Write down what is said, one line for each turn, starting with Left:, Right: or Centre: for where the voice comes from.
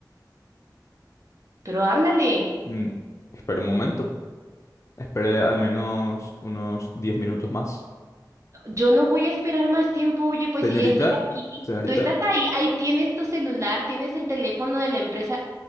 Right: Pero háblale,
Left: Mm, espere un momento. Espere al menos unos 10 minutos más.
Right: yo no voy a esperar más tiempo, oye, pues
Left: Señorita,
Right: si ya estoy aquí,
Left: señorita,
Right: tú estás ahí, ahí tienes tu celular, tienes el teléfono de la empresa,